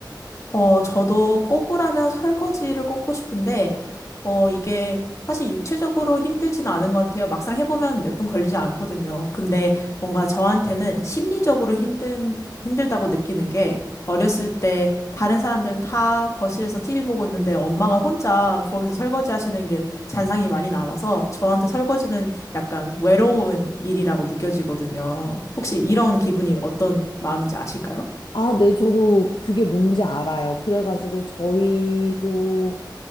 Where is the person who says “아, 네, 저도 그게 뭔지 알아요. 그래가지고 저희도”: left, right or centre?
Left